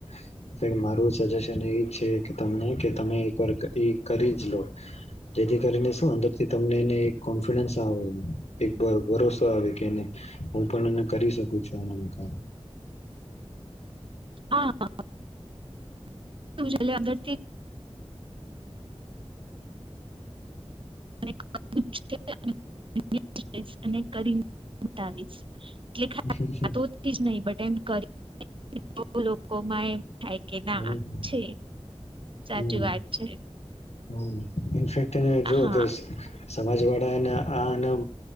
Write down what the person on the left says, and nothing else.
<unintelligible> મારું સજેશન એ છે કે તમને કે તમે એક વાર કરી એ કરી જ લો જેથી કરીને શું અંદરથી તમને એને એક કોન્ફિડન્સ આવે એક ભરોસો આવે કે એને હું પણ એ કરી શકો છો આ કામ
હમ
હમ
હમ
હમ ઇનફેક્ટ એને જો
અગર સમાજ વાળા એને આ અ એના